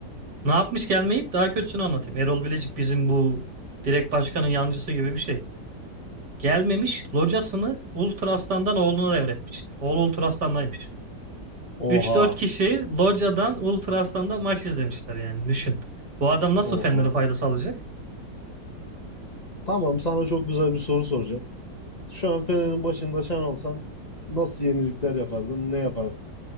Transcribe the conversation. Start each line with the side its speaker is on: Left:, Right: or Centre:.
Right: Ne yapmış gelmeyip daha kötüsünü anlatayım. Erol Bilecik bizim bu direkt başkanın yancısı gibi bir şey. Gelmemiş locasını ultrastandan oğluna devretmiş. Oğlu ultrastandaymış. Üç
Left: Oha.
Right: dört kişi locadan Ultraaslan'da maç izlemişler yani düşün. Bu adam nasıl
Left: Oha.
Right: Fener'e fayda sağlayacak?
Left: Tamam sana çok güzel bir soru soracağım. Şu an Fener'in başında sen olsan nasıl yenilikler yapardın? Ne yapardın?